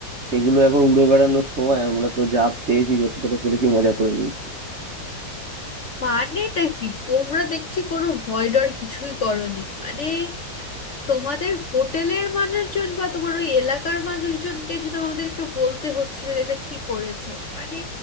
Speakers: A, on the right; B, on the left.
A: এগুলো এখন উড়ে বেড়ানোর সময় আমরা তো যা পেয়েছি যতটা পেরেছি মজা করে নিই
B: মানেটা কি তোমরা দেখছি কোনো ভয় ডর কিছুই করনি মানে তোমাদের হোটেলের মানুষজন বা তোমার ওই এলাকার মানুষজনকে এসে তোমাদেরকে বলতে হচ্ছে যে এটা কি করেছো মানে